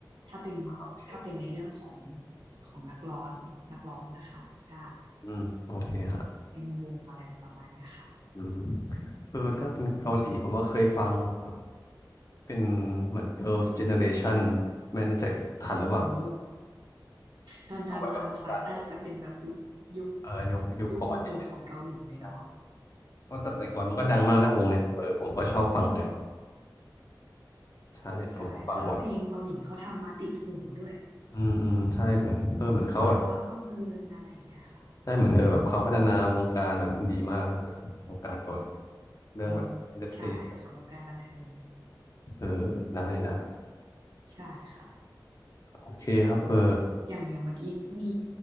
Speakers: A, on the right; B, on the left.
A: ถ้าเป็น
B: โอเค
A: ถ้าเป็นในเรื่องของของนักร้องนักร้องนะคะใช่
B: อืมโอเคฮะ
A: เป็นวงอะไรประมาณเนี้ยค่ะ
B: อืม คือถ้าเป็นเกาหลีผมว่าเคยฟังแบบเป็นเหมือน Girls Generation ไม่แน่ใจทันหรือเปล่า
A: โอ้ <laughs> ทันทันทันค่ะน่าจะเป็นแบบยุคยุค
B: เอาไว้แบบตอนเออยุคยุคก่อนเนี่ย
A: ยุคบุกเบิกของเกาหลีเลยเนาะ
B: ใช่เพราะแต่แต่ก่อนมันก็ดังมากนะวงเนี่ยเออผมก็ชอบฟังเนี่ย
A: อืม
B: ใช่ผมก็ฟังบ่อย
A: ใช่ค่ะแล้วเพลงเกาหลีเขาทำมาติดหูด้วย
B: อืมอืมใช่เหมือนเออเหมือนเขาแบบ
A: ฟังแล้วก็เพลินอะไรอย่างเงี้ยค่ะ
B: ใช่เหมือนเออแบบเขาพัฒนาวงการแบบดีมากนะแต่วงการเกาหลีเรื่องแบบเอนเตอร์เทน
A: อืมใช่ค่ะวงการบันเทิง
B: เออได้ได้
A: ใช่ค่ะ
B: โอเคครับเออ
A: อย่างอย่างเมื่อกี้มี